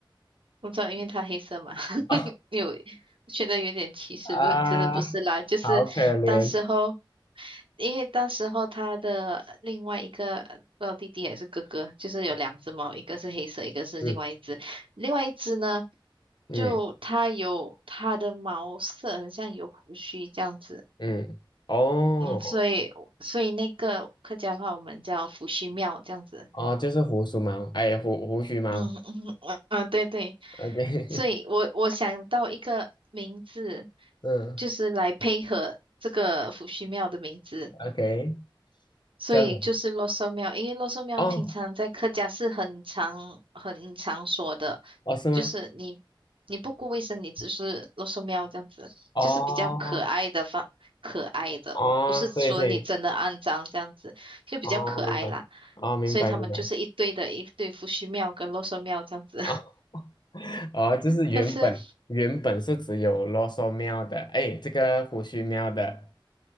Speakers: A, on the right (about 85°); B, on the left (about 60°).
A: 我知道，因为它黑色嘛，<laughs>
B: <laughs> 哦
A: 有觉得有点歧视，
B: 啊，
A: 不，可是不是啦，就是当时候，
B: 好可怜。
A: 因为当时候他的另外一个不知道弟弟还是哥哥，就是有两只猫，一个是黑色，一个是另外一只，
B: 嗯
A: 另外一只呢，
B: 嗯
A: 就它有它的毛色很像有胡须这样子，
B: 嗯，哦
A: 嗯，所以所以那个客家话我们叫胡须庙这样子。
B: 哦，就是胡须猫，哎，胡胡须猫。
A: 嗯嗯嗯，嗯对对，
B: OK，
A: 所以我我想到一个名字，
B: <laughs> 嗯
A: 就是来配合这个伏羲庙的名字，
B: ，OK，
A: 所以就是洛寿庙，
B: 这样子。
A: 因为洛寿庙平常在客家是很常很常说的，
B: 哦哦，是吗？
A: 就是你你不顾卫生，你只是洛寿庙这样子，
B: 哦
A: 就是比较可爱的方可爱的，
B: 哦，
A: 不是说你真的肮脏这样子，
B: 对对，
A: 就比较可爱啦，
B: 哦，明白，哦，明白明白。
A: 所以他们就是一堆的一对伏羲庙跟洛寿庙这样子。
B: 哦 <laughs> 哦，就是原本原本是只有啰嗦喵的，
A: 可是
B: 哎，这个胡须喵的，